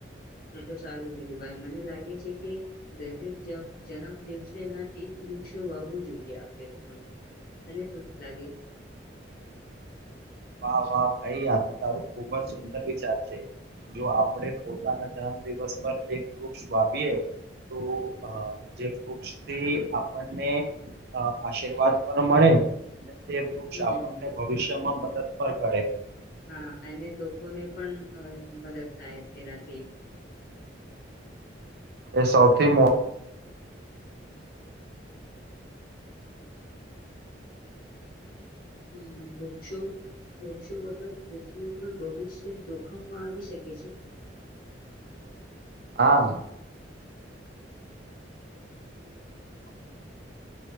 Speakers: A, on the left; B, on the right.
A: એ તો સારું કીધું ભાઈ મને લાગે છે કે દરેક જમ જન્મ દિવસેના એક વૃક્ષો વાવવું જોઈએ આપડે પણ. તને શું લાગે?
B: વાહ વાહ, ભાઈ આ તો તારું ખુબ જ સુંદર વિચાર છે. જો આપડે પોતાના જન્મ દિવસ પર એક વૃક્ષ વાવીએ. તો અ જે વૃક્ષથી આપણને અ આશીર્વાદ પણ મળે. તે વૃક્ષ
A: હમ
B: આપણને ભવિષ્યમાં મદદ પણ કરે.
A: હા અને લોકોને પણ અ મદદ થાય તેનાથી.
B: એ સૌથી મો
A: હમમ વૃક્ષો વૃક્ષો વગર પૃથ્વીનું ભવિષ્ય જોખમમાં આવી શકે છે.
B: હા.
A: હમમ.